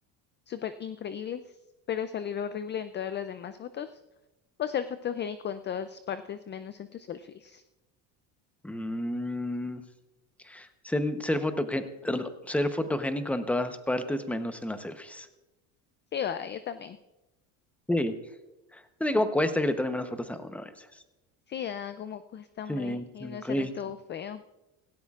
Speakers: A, on the left; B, in the centre.
A: súper increíbles, pero salir horrible en todas las demás fotos, o ser fotogénico en todas partes menos en tus selfies.
B: Mm, ser, ser, fotogen- ser fotogénico en todas partes menos en las selfies.
A: Sí, va, yo también.
B: Sí, No sé cómo cuesta que le tomen buenas fotos a uno a veces.
A: Sí, va, como cuesta, hombre,
B: Sí,
A: y
B: sí,
A: no sale
B: güey.
A: todo feo.